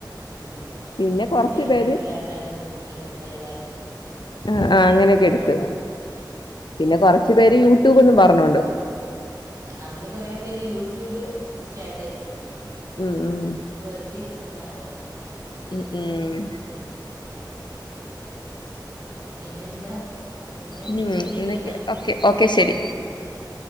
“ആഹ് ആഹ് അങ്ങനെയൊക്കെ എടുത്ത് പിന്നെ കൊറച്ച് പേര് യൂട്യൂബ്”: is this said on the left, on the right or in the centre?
Left